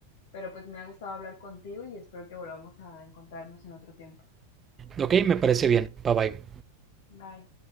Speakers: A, on the left; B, on the right.
A: Pero pues me ha gustado hablar contigo y espero que volvamos a encontrarnos en otro tiempo.
B: Ok, me parece bien. Bye bye.
A: Bye.